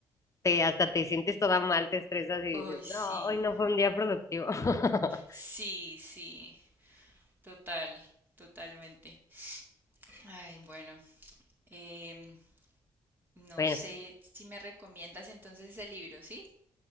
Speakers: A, on the left; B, on the right.
A: Te, hasta te sientes toda mal, te estresas y
B: Uy,
A: dices,
B: sí.
A: no, hoy no fue un día productivo. <laughs>
B: Sí, sí. Total, totalmente. Ay, bueno. em, no
A: Bueno,
B: sé si me recomiendas entonces ese libro, ¿sí?